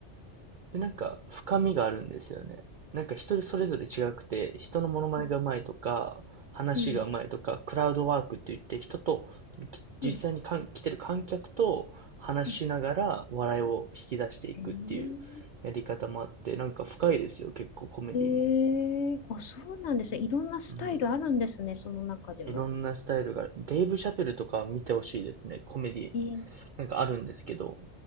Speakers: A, on the right (about 60°); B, on the left (about 70°).
A: で、なんか深みがあるんですよね。なんか人それぞれ違くて、人のモノマネがうまいとか、
B: うん。
A: 話がうまいとか、
B: うん。
A: クラウドワークって言って人と、き実際にかん来てる観客と話しながら笑いを引き出していくっていうやり方もあって、
B: うん。うんへ
A: なんか深いですよ、結構コメディも。
B: え。ええ。あ、そうなんですね。いろんなスタイルあるんですね。
A: うん。
B: その中でも。
A: いろんなスタイルが、デイブ・シャペルとか見てほしいですね、コメディ。
B: ええ。
A: なんかあるんですけど、